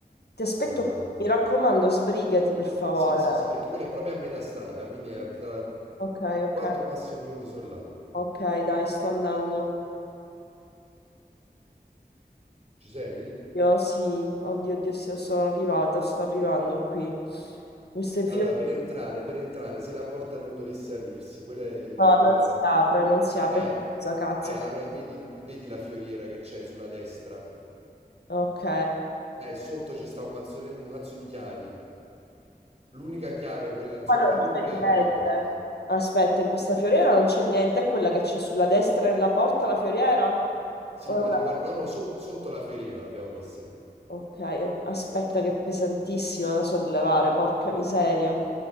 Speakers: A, on the left; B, on the right.
A: Ti aspetto,
B: Vai, vai.
A: mi raccomando, sbrigati per favore.
B: Sì, sì, sì, perché quella è proprio a metà strada, quindi è tra
A: Ok,
B: 4
A: ok,
B: massimo minuti sono là.
A: ok, dai, sto andando.
B: Ci sei?
A: Oddio, sì, oddio, oddio, sì, sono arrivata, sto arrivando qui. Mi sto infilando.
B: Allora, per entrare, per entrare, se la porta non dovesse aprirsi, quello è il...
A: No,
B: il-
A: non si apre, non si apre.
B: Eh,
A: Cazzo, cazzo.
B: eh, allora vedi, vedi la fioriera che c'è sulla destra?
A: Ok.
B: Eh, sotto ci sta un mazzole- un mazzo di chiavi. L'unica chiave, quella insomma
A: Qua non
B: lunga,
A: c'è niente.
B: apre la porta.
A: Aspetta, in questa fioriera non c'è niente, è quella che c'è sulla destra nella porta, la fioriera? O
B: Sì,
A: è
B: ma
A: una-
B: devi guardare... No, no, so- sotto la fioriera l'abbiamo messa.
A: Ok, aspetta che è pesantissima da sollevare, porca miseria.